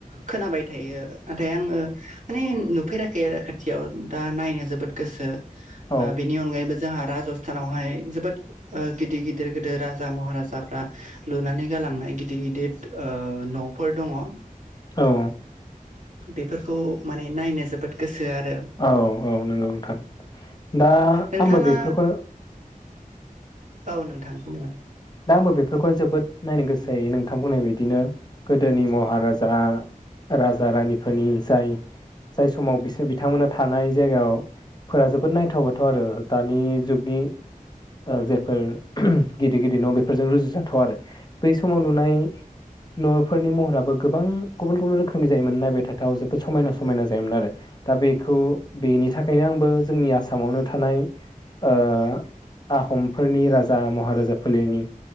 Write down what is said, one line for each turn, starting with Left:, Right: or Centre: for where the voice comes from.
Right: खोनाबाय थायो नाथाय आङो माने नुफेराखै आरो खाथियाव दा नायनो जोबोद गोसो ओ
Left: औ
Right: बि नि अनगायैबो जोंहा राजस्थानआव हाय जोबोद ओ गिदिर गिदिर गोदो राजा महाराजाफ्रा लुनानै गालांनाय गिदिर गिदिर ओ न'फोर दङ'।
Left: औ।
Right: बेफोरखौ माने नायनो जोबोद गोसो आरो।
Left: औ औ नंगौ नोंथां। दा
Right: नोंथाङा
Left: आंबो बेफोरखौ
Right: औ नोंथां बुंलाय।
Left: दा आंबो बेफोरखौ जोबोद नायनो गोसो जायो नोंथां बुंनाय बायदिनो। गोदोनि महाराजा, राजा रानिफोरनि जाय जाय समाव बिसोर बिथांमोना थानाय जायगायाव फोरा जोबोद नायथाव बाथाव आरो दानि जुगनि ओ जे फोर गिदिर गिदिर न' बेफोरजों रुजुजाथाव आरो बै समाव लुनाय न'फोरनि महराबो गोबां गुबुन गुबुन रोखोमनि जायोमोन नायबाय थाथाव जोबोद समायना समायना जायोमोन आरो। दा बेखौ बेनि थाखायनो आंबो जोंनि आसामआवनो थानाय ओ आहमफोरनि राजा महाराजा फोलेरनि